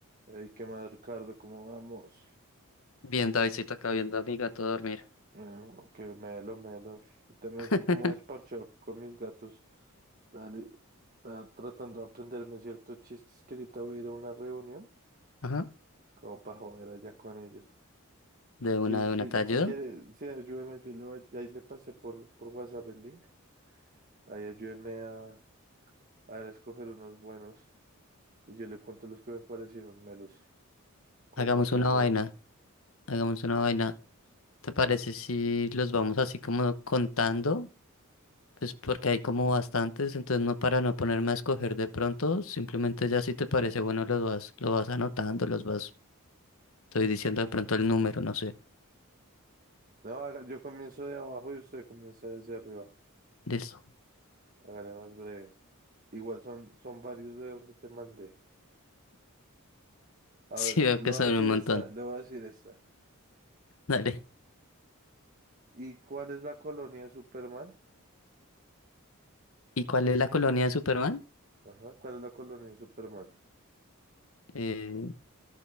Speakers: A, on the right (about 40°); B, on the left (about 70°).
A: Ey, ¿qué más, Ricardo? ¿Cómo vamos?
B: Bien, Davidcito, acá viendo a mi gato dormir.
A: Eh, que melo, melo. Yo también
B: <laughs>
A: estoy como desparchado con mis gatos. Está, li- está tratando de aprenderme ciertos chistes que ahorita voy a ir a una reunión,
B: Ajá.
A: como para joder allá con ellos.
B: De
A: Sí,
B: una, de
A: sí,
B: una, ¿te ayudo?
A: si quiere, sí, ayúdeme, yo le, voy- ahí le pasé por, por WhatsApp el link. Ahí ayúdeme a, a escoger unos buenos y yo le cuento los que me parecieron melos, como
B: Hagamos
A: para aprendérmelos.
B: una vaina, hagamos una vaina. ¿Te parece
A: Diga.
B: si los vamos así como contando? Pues porque hay como bastantes, entonces no para no ponerme a escoger de pronto, simplemente ya si te parece bueno los vas, lo vas anotando, los vas, estoy diciendo de pronto el número, no sé.
A: No, haga- yo comienzo de abajo y usted comienza desde arriba.
B: Listo. <laughs>
A: Hágale más breve. Igual son, son varios de donde te mandé. A
B: Sí,
A: ver,
B: veo
A: le
B: que
A: voy
B: son
A: a decir
B: un montón.
A: esta, le voy a decir esta.
B: Dale.
A: ¿Y cuál es la colonia de Superman?
B: ¿Y cuál es la colonia de Superman?
A: Ajá, ¿cuál es la colonia de Superman?
B: Eh,